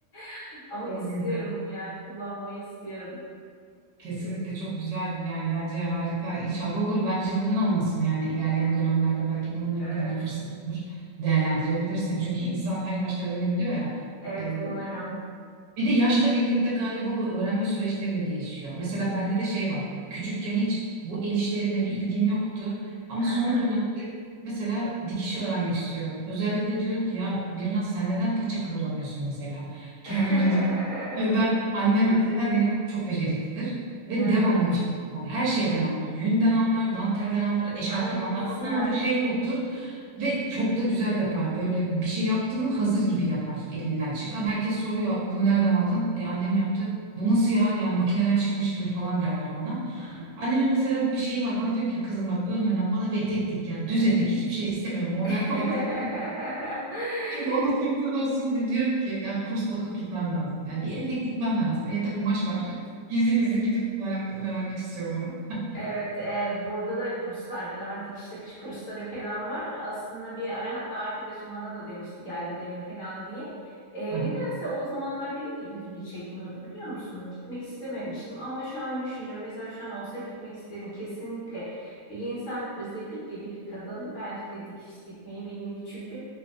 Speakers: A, on the left; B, on the right.
A: <laughs> Ama
B: Çok
A: istiyorum
B: güzel.
A: yani kullanmayı istiyorum.
B: Kesinlikle
A: Siz-
B: çok güzel. Yani bence harika. İnşallah olur. Bence neden olmasın yani ilerleyen dönemlerde belki bununla
A: Evet.
B: ilgili bir fırsat olur. Değerlendirebilirsin. Çünkü insan her yaşta öğrenebiliyor ya.
A: Evet
B: Ee,
A: umarım.
B: Bir de yaşla birlikte galiba bu öğrenme süreçleri de değişiyor. Mesela bende de şey var. Küçükken hiç bu el işlerine bir ilgim yoktu. Ama
A: Hı
B: son
A: hı.
B: dönemde mesela dikiş öğrenmek istiyorum. Özellikle diyorum ki ya Birnaz sen neden paça kıvıramıyorsun mesela?
A: <laughs>
B: Kendime diyorum. Ya da annem mesela benim çok beceriklidir. Ve
A: Hı
B: devamlı
A: hı.
B: bir şey. Yani her şeyden anlar. Yünden anlar, dantelden anlar, eşarptan
A: Ay ne
B: anlar.
A: güzel.
B: Anlamadığı şey yoktur. Ve çok da güzel yapar. Böyle bir şey yaptığını hazır gibi yapar elinden çıkan. Herkes soruyor bunu nereden aldın? E annem yaptı. Bu nasıl ya? Yani makineden çıkmış gibi falan derler bana.
A: Hı.
B: Annemin mesela bir şeyi var. Bana diyor ki kızım bak ölmeden bana bir etek dik ya. Düz etek hiçbir şey istemiyorum. Model
A: <laughs>
B: falan istemiyorum. Şimdi onun sürpriz olsun diye diyorum ki ya kurs bakıp gitmem lazım. Yani bir etek dikmem lazım. Evde kumaş var.
A: Evet.
B: <laughs> Gizli gizli gidip öğrenme- öğrenmek istiyorum onu.
A: Evet, e, burada da kurslar falan, hani dikiş takış kursları falan var. Aslında bir ara hatta arkadaşım bana da demişti gel gidelim falan diye. E,
B: Aha.
A: nedense o zamanlar benim de ilgimi çekmiyordu biliyor musun? Gitmek istememiştim ama şu an düşünüyorum. Mesela şu an olsa gitmek isterim kesinlikle. Bir insan özellikle bir kadın bence de dikiş dikmeyi bilmeli. Çünkü